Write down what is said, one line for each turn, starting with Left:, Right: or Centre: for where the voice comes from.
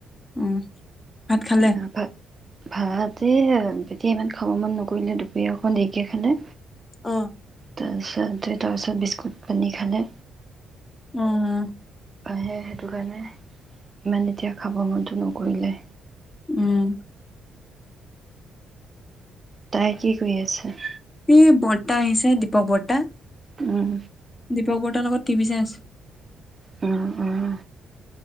Left: উম। ভাত
Right: <unintelligible>
Left: খালে
Right: ভাত এয়া এতিয়া ইমান খাব মন নকৰিলে দুপৰীয়া অকনমান দেৰিকে খালে
Left: অ
Right: তাৰপিছতে তাৰপিছত বিস্কুট পানী খালে
Left: উম
Right: আহে সেইটো কাৰণে ইমান এতিয়া খাব মন নকৰিলে।
Left: উম
Right: তাই কি কৰি আছে?
Left: এই বৰ্তা আহিছে দীপক বৰ্তা
Right: উম
Left: দীপক বৰ্তা লগত টিভি চাই আছে।
Right: উম উম